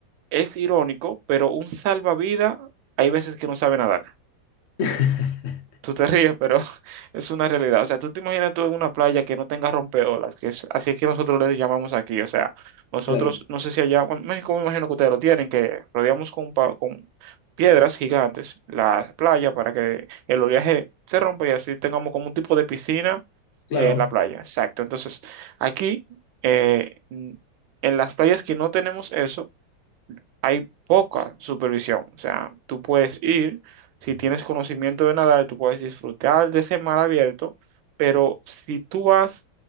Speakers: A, on the right; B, on the left.
A: es irónico, pero un salvavidas hay veces que no sabe nadar.
B: <laughs>
A: Tú te ríes, pero <laughs> es una realidad. O sea, tú te imaginas tú en una playa que no tenga rompeolas, que es así es que nosotros le llamamos aquí. O sea, nosotros,
B: Claro,
A: no sé si allá, bueno, en México me imagino que ustedes lo tienen, que rodeamos con, pa- con piedras gigantes la playa para que el oleaje se rompa y así tengamos como un tipo de piscina
B: claro.
A: eh, en la playa. Exacto. Entonces, aquí, eh, en las playas que no tenemos eso, hay poca supervisión. O sea, tú puedes ir, si
B: <laughs>
A: tienes conocimiento de nadar, tú puedes disfrutar de ese mar abierto, pero si tú vas